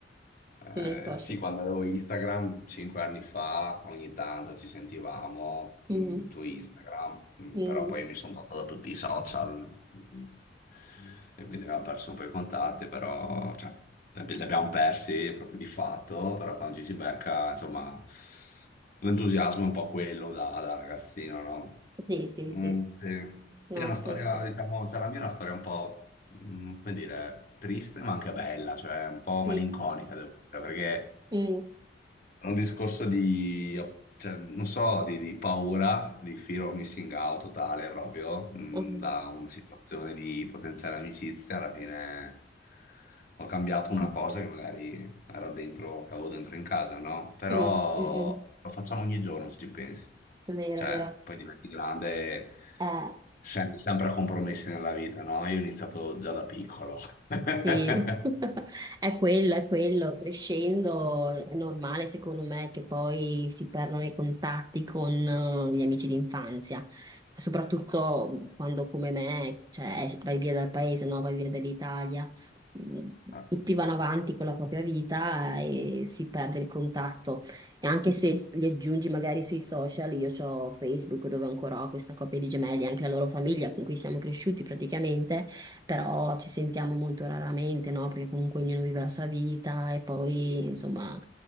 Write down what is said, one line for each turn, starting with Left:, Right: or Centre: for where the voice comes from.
Left: Eh,
Right: non è social.
Left: sì, quando avevo Instagram, cinque anni fa, ogni tanto ci sentivamo
Right: Mhm,
Left: mm, su Instagram. Mm,
Right: mhm.
Left: però poi mi sono tolto da tutti i social mm, e quindi abbiamo perso un po' i contatti, però cioè, li abbiamo persi proprio di fatto, però quando ci si becca, insomma, l'entusiasmo è un po' quello da, da ragazzino, no?
Right: Sì, sì, sì.
Left: Mm, sì.
Right: No,
Left: Sì, È una
Right: ha senso.
Left: storia, diciamo, cioè la mia è una storia un po', mm, come dire, triste ma anche bella, cioè un po' malinconica,
Right: Sì.
Left: devo dire, perché...
Right: Mm,
Left: È un discorso di, cioè, non so, di, di paura, di fear of missing out totale proprio, mm,
Right: mm,
Left: da una situazione di potenziale amicizia, alla fine ho cambiato una cosa che magari era dentro, che avevo dentro in casa, no? Però
Right: mm, mm, mm.
Left: lo facciamo ogni giorno se ci pensi.
Right: Vero,
Left: Cioè,
Right: vero.
Left: poi diventi grande e
Right: Eh,
Left: scendi sempre a compromessi nella vita, no? Io ho iniziato già da piccolo. <laughs>
Right: Sì, <laughs> è quello, è quello. Crescendo è normale, secondo me, che poi si perdano i contatti con eh, gli amici d'infanzia, soprattutto quando come me, cioè, vai via dal paese, no? Vai via dall'Italia. Mm,
Left: Ah,
Right: Tutti vanno avanti con la propria vita e si perde il contatto. E anche se li aggiungi magari sui social, io ho Facebook dove ancora ho questa coppia di gemelli, anche la loro famiglia con cui siamo cresciuti praticamente però ci sentiamo molto raramente, no? Perché comunque ognuno vive la sua vita e poi, insomma,